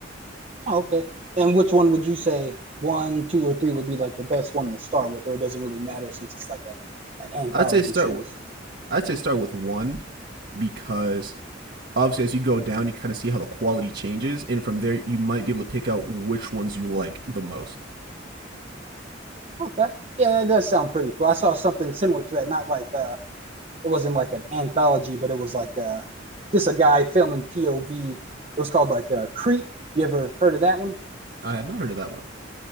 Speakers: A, on the right; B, on the right.
A: oh, okay and which one would you say one two or three would be like the best one to start with or it doesn't really matter since it's like a, an anthology
B: I'd say start
A: series
B: I'd say start with one because obviously as you go down, you kind of see how the quality changes, and from there you might be able to pick out which ones you like the most.
A: Okay. Yeah, that does sound pretty cool. I saw something similar to that. Not like uh it wasn't like an anthology, but it was like uh just a guy filming POV. It was called like uh Creep. You ever heard of that one?
B: I have not heard of that one.